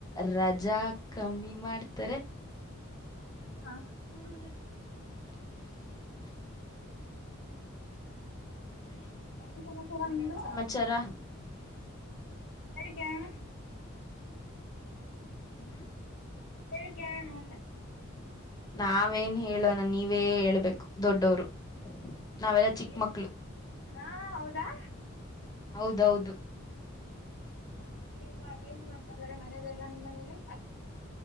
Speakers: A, on the left; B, on the left.
A: ರಜಾ ಕಮ್ಮಿ ಮಾಡ್ತಾರೆ.
B: ಹಾ
A: <unintelligible> ಮತ್ತೆ
B: ಬಿಡಿ ಏನ್ ಸಮಾಚಾರ
A: ಇನ್ನೇನ್
B: ನಿಮ್ದು
A: ಸಮಾಚಾರ.
B: ಅದುಕೆನನಾ.
A: ಹ್ಮ್.
B: ಹೇಳಳಕ್ಕೆಣ ಅಂದ.
A: ನಾವೇನ್ ಹೇಳೋಣ ನೀವೇ ಹೇಳ್ಬೇಕು ದೊಡ್ಡವರು. ನಾವೆಲ್ಲ ಚಿಕ್ಕ
B: ಏನ್
A: ಮಕ್ಳು.
B: ಹಾ ಹೌದಾ.
A: ಹೌದೌದು.
B: ್ಮ ನಿಮ್ಮ ಏನ್ ಮಾಡ್ತಾ ಇದಾರೆ ಮನೇಲೆಲ್ಲ ನಿಮ್ಮ ಮನೇಲಿ.